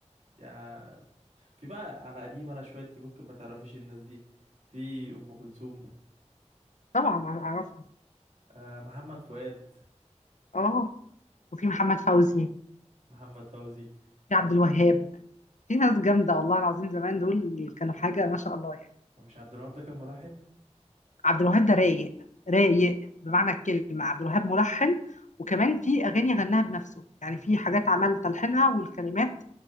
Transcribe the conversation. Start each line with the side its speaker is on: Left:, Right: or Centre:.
Right: يعني في بقى على قديم انا شويه انت ممكن ما تعرفيش الناس دي في ام كلثوم
Left: طبعا أعرفها
Right: آه محمد فؤاد
Left: اه وفي محمد فوزي
Right: محمد فوزي
Left: في عبد
Right: في
Left: الوهاب في ناس جامدة والله العظيم زمان دول اللي كانوا حاجة ما شاء الله يعني
Right: ومش عبد الوهاب ده كان ملحن
Left: عبد الوهاب ده رايق رايق بمعنى الكلمة عبد الوهاب ملحن وكمان في أغاني غناها بنفسه يعني في حاجات عمل تلحينها والكلمات